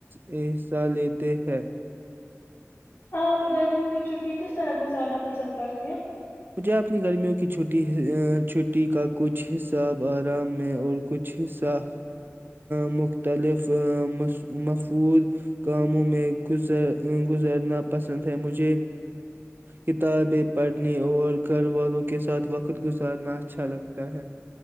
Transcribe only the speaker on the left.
آپ گرمیوں کی چھٹی کس طرح گزارنا پسند کرتی ہیں